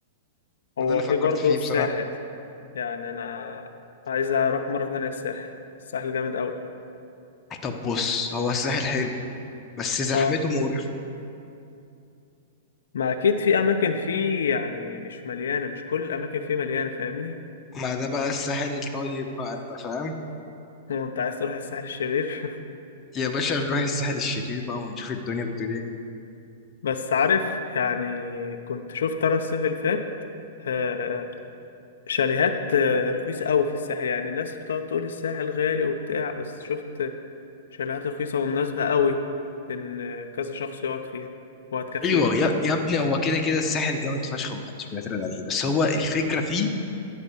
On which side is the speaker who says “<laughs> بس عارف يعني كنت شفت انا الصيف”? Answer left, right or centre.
Left